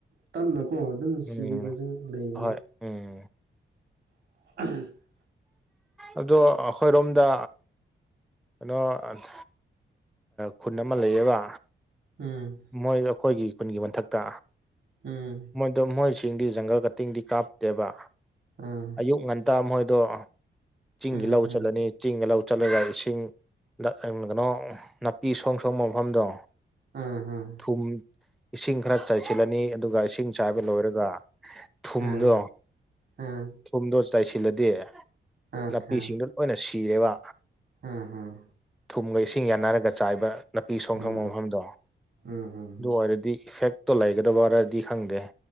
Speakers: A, on the right; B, in the centre.
A: ꯇꯞꯅꯀꯣ ꯑꯗꯨꯝ ꯁꯤꯕꯁꯨ
B: ꯎꯝ
A: ꯂꯩꯕꯅꯤ
B: ꯍꯣꯏ ꯎꯝ
A: <unintelligible>
B: ꯑꯗꯣ ꯑꯩꯈꯣꯏꯔꯣꯝꯗ ꯑꯗꯣ ꯑꯥꯠ ꯈꯨꯟ ꯑꯃ ꯂꯩꯌꯦꯕ
A: ꯎꯝ
B: ꯃꯣꯏꯗꯣ ꯑꯩꯈꯣꯏꯒꯤ ꯈꯨꯟꯒꯤ ꯃꯊꯛꯇ
A: ꯎꯝ
B: ꯃꯣꯏꯗꯣ ꯃꯣꯏꯁꯤꯡꯗꯤ ꯖꯪꯒꯜ ꯀꯇꯤꯡꯗꯤ ꯀꯥꯞꯇꯦꯕ
A: ꯑꯥ
B: ꯑꯌꯨꯛ ꯉꯟꯇꯥ ꯃꯣꯏꯗꯣ ꯆꯤꯡꯒꯤ
A: ꯎꯝ
B: ꯂꯧ
A: ꯎꯝ
B: ꯆꯠꯂꯅꯤ ꯆꯤꯡꯒ ꯂꯧ ꯆꯠꯂꯒ ꯏꯁꯤꯡ ꯀꯩꯅꯣꯡ ꯅꯥꯄꯤ ꯁꯣꯡ ꯁꯣꯡꯕ ꯃꯐꯝꯗꯣ
A: ꯑꯥ ꯑꯥ
B: ꯊꯨꯝ ꯏꯁꯤꯡ ꯈꯔ ꯆꯥꯏꯁꯤꯜꯂꯅꯤ ꯑꯗꯨꯒ ꯏꯁꯤꯡ ꯆꯥꯏꯕ ꯂꯣꯏꯔꯒ ꯊꯨꯝꯗꯣ
A: ꯑꯥ ꯑꯥ
B: ꯊꯨꯝꯗꯣ ꯆꯥꯏꯁꯤꯜꯂꯗꯤ
A: ꯑꯠꯆꯥ
B: ꯅꯥꯄꯤꯁꯤꯡꯗꯣ ꯂꯣꯏꯅ ꯁꯤꯔꯦꯕ
A: ꯑꯥ ꯑꯥ
B: ꯊꯨꯝꯒ ꯏꯁꯤꯡ ꯌꯥꯟꯅꯔꯒ ꯆꯥꯏꯕ ꯅꯥꯄꯤ ꯁꯣꯡ
A: ꯎꯝ
B: ꯁꯣꯡꯕ ꯃꯐꯝꯗꯣ
A: ꯎꯝ ꯎꯝ
B: ꯑꯗꯨ ꯑꯣꯏꯔꯗꯤ ꯏꯐꯦꯛꯇꯣ ꯂꯩꯒꯗꯕꯔꯗꯤ ꯈꯪꯗꯦ